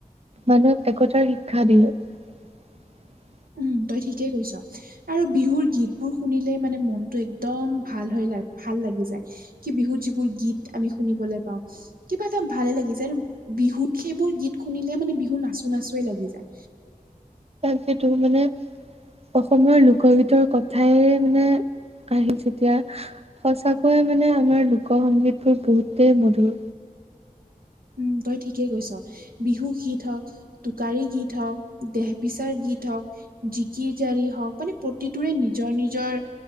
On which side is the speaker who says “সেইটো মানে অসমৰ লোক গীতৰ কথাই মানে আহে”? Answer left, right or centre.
Right